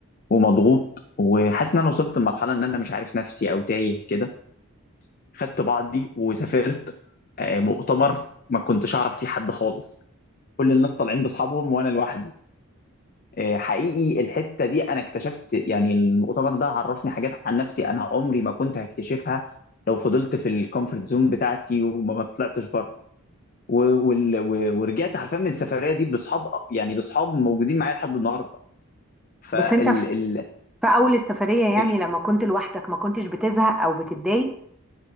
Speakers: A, on the left; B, in the centre.
A: ومضغوط وحاسس إن أنا وصلت لمرحلة إن أنا مش عارف نفسي أو تايه كده خدت بعضي وسافرت آه، مؤتمر ما كنتش أعرف فيه حد خالص كل الناس طالعين بأصحابهم وأنا لوحدي آه، حقيقي الحتة دي أنا اكتشفت يعني المؤتمر ده عرفني حاجات عن نفسي أنا عمري ما كنت هكتشفها لو فضلت في الكومفورت زون بتاعتي وما ما طلعتش بره و... وال... و... ورجعت حرفيا من السفريه دي باصحاب يعني باصحاب موجودين معايا لحد النهارده فال
B: بس أنت في
A: ال...
B: في أول السفرية يعني
A: ال...
B: لما كنت لوحدك ما كنتش بتزهق أو بتتضايق